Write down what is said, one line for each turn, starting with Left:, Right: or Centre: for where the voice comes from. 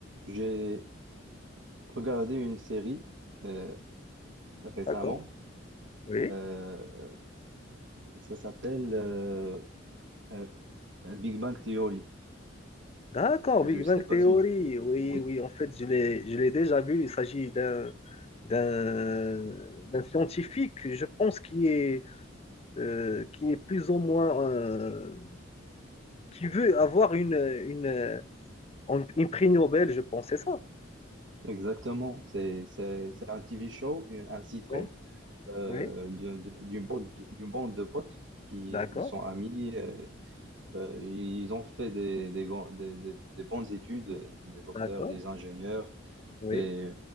Right: J'ai regardé une série euh, récemment.
Left: D'accord. Oui.
Right: Euh, ça s'appelle euh, euh, Big Bang Theory.
Left: D'accord,
Right: Je
Left: Big
Right: sais
Left: Bang
Right: pas
Left: Theory.
Right: si tu...
Left: Oui,
Right: Oui,
Left: oui, en fait, je l'ai, je l'ai déjà vu. Il s'agit d'un, d'un, d'un scientifique, je pense, qui est, euh, qui est plus ou moins, euh, qui veut avoir une, une, une, une prix Nobel, je pense, c'est ça.
Right: exactement. C'est, c'est, c'est un TV show, une- un sitcom
Left: Oui,
Right: euh,
Left: oui,
Right: d'une d'une bande, d'une bande de potes qui
Left: d'accord,
Right: ils sont amis. euh, euh, ils ont fait des, des, grands- des, des- des bonnes études, des docteurs,
Left: d'accord,
Right: des ingénieurs.
Left: oui,
Right: Et,